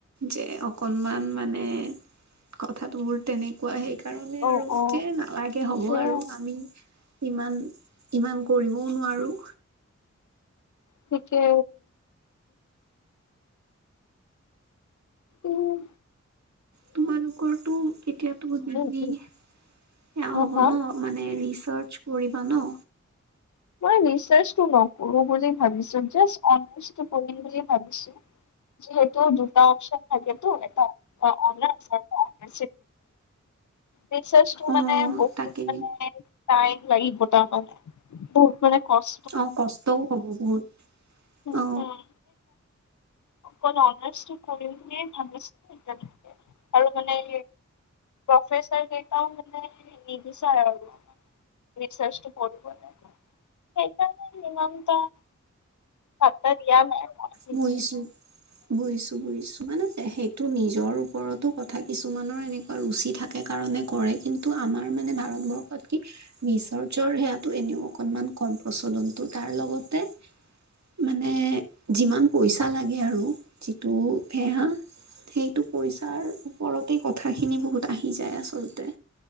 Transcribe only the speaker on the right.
যে অকনমান মানে কথাটো বোৰ তেনেকুৱা সেইকাৰণে
আৰু
যে নালাগে হ'ব
আৰু আমি ইমান ইমান কৰিবও নোৱাৰো
তোমালোকৰটো এতিয়াতো বহুত বৃদ্ধি,
সেয়া
হব
ন মানে ৰিচাৰ্ছ কৰিবা ন
অ
তাকে
অ, কষ্টও হ'ব বহুত
অ।
বুইছো বুইছো -বুইছো মানে সেইটো নিজৰ ওপৰতো কথা কিছুমানৰ এনে অ, ৰুচি থাকে কাৰণে কৰে কিন্তু আমাৰ মানে ভাৰতবৰ্ষত কি নিচৰজৰ সেয়াটো এনেও অকনমান কম প্ৰচলনটো তাৰ লগতে মানে যিমান পইচা লাগে আৰু যিটো বেয়া সেইটো পইচাৰ ওপৰতে কথাখিনি বহুত আহি যায় আচলতে।